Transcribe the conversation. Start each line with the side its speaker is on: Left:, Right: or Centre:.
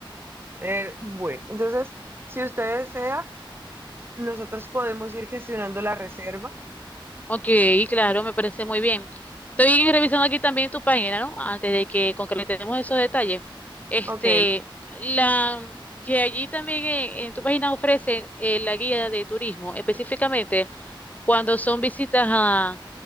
Right: Eh, bueno, entonces, si usted desea, nosotros podemos ir gestionando la reserva.
Left: Ok, claro, me parece muy bien. Estoy revisando aquí también tu página, ¿no? Antes de que concretemos esos detalles. Este,
Right: Ok.
Left: la que allí también en, en tu página ofrece eh, la guía de turismo, específicamente. cuando son visitas a,